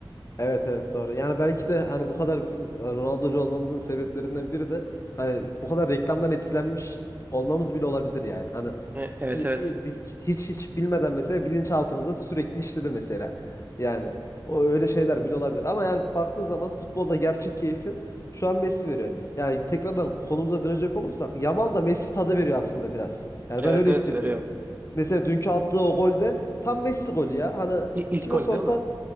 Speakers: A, on the left; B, on the right.
A: Evet evet doğru. Yani belki de hani bu kadar bizim e, Ronaldo'cu olmamızın sebeplerinden biri de hani bu kadar reklamdan etkilenmiş olmamız bile olabilir yani. Hani
B: E, evet
A: hiç
B: evet
A: hiç hiç, hiç bilmeden mesela bilinçaltımızda sürekli işledi mesela. Yani o öyle şeyler bile olabilir ama yani baktığın zaman futbolda gerçek keyfi şu an Messi veriyor. Yani tekrardan konumuza dönecek olursak Yamal da Messi tadı veriyor aslında biraz. Yani
B: evet
A: ben öyle
B: evet
A: hissediyorum.
B: veriyor.
A: Mesela dünkü attığı o golde tam Messi golü ya. Hani
B: İ- İlk
A: kime
B: golü
A: sorsan
B: değil mi?